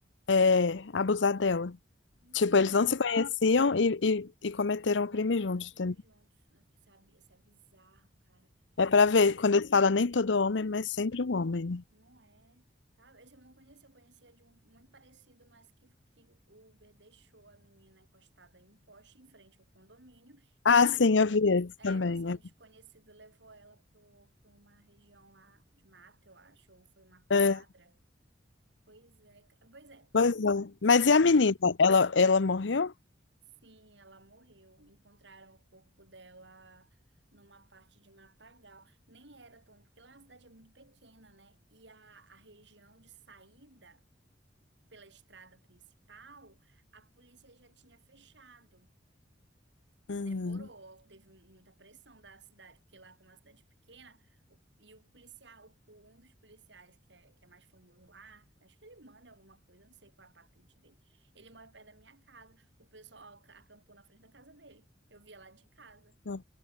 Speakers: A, on the left; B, on the right.
A: é, abusar dela.
B: Hum,
A: Tipo, eles não se conheciam e, e, e cometeram o crime
B: Cometeram
A: juntos,
B: um crime
A: entendeu?
B: juntos. né? Sabe? Isso é bizarro, cara.
A: É pra
B: eu
A: ver, quando eles falam nem todo homem, mas sempre um homem, né?
B: Não é. Tá, esse eu não conhecia, eu conhecia de um muito parecido, mas que, que o Uber deixou a menina encostada em um poste em frente ao condomínio e
A: Ah,
B: passou,
A: sim, eu vi esse
B: é,
A: também.
B: passou
A: né?
B: um desconhecido, levou ela para uma região lá de mata, eu acho, ou foi uma quadra.
A: É,
B: Pois é, ca- pois é,
A: pois é. Mas
B: eu não
A: e a
B: sei
A: menina?
B: se
A: Ela, ela morreu?
B: sim, ela morreu. Encontraram o corpo dela numa parte de matagal. Nem era tão, porque lá a cidade é muito pequena, né? E a, a região de saída. pela estrada principal, a polícia já tinha fechado.
A: Hum,
B: Demorou, teve muita pressão da cidade, porque lá, como é uma cidade pequena, o- e o policial, o- um dos policiais que é, que é mais famoso lá, acho que ele manda alguma coisa, não sei qual é a patente dele. Ele mora perto da minha casa. O pessoal acampou na frente da casa dele. Eu via lá de casa.
A: não.